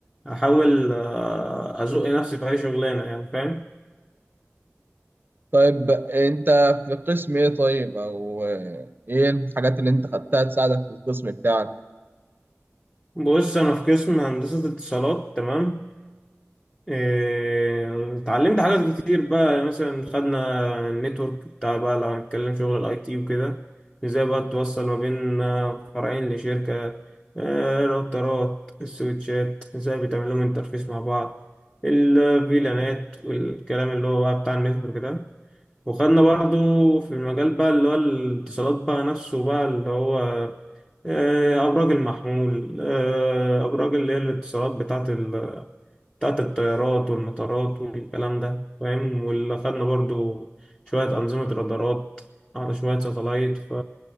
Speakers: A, on the left; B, on the right.
A: احاول آه، ازق نفسي في اي شغلانه يعني فاهم
B: طيب أنت في قسم إيه طيب أو آه، إيه الحاجات اللي أنت خدتها تساعدك في القسم بتاعك؟
A: بص انا في قسم هندسه اتصالات تمام إيه، اتعلمت حاجات كتير بقى مثلا خدنا النتورك بتاع بقى لو هنتكلم شغل الاي تي وكده ازاي بقى توصل ما بين آه، فرعين لشركه آه، راوترات السويتشات ازاي بتعمل لهم انترفيس مع بعض الفيلانات والكلام اللي هو بقى بتاع النتورك ده وخدنا برضو في المجال بقى اللي هو الاتصالات بقى نفسه بقى اللي هو آه، أبراج المحمول آه، أبراج اللي هي الاتصالات بتاعة ال بتاعة الطيارات والمطارات والكلام ده فاهم واللي خدنا برضو شوية أنظمة رادارات على شوية ساتلايت ف...